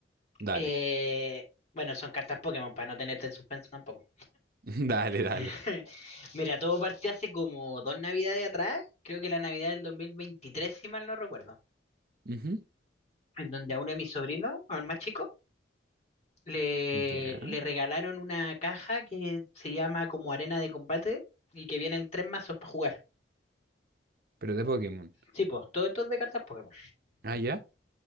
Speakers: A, on the right; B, on the left.
A: Dale,
B: Eh, bueno, son cartas Pokémon para no tenerte en suspenso tampoco.
A: <laughs> dale, dale.
B: <laughs> Mira, todo partió hace como dos navidades atrás, creo que la Navidad del 2023 si mal no recuerdo,
A: Ujú,
B: en donde a uno de mis sobrinos, al más chico, le,
A: Ya.
B: le regalaron una caja que se llama como arena de combate y que vienen tres mazos para jugar.
A: Pero de Pokémon.
B: Sí, pues, todo esto es de cartas Pokémon.
A: Ah, ya.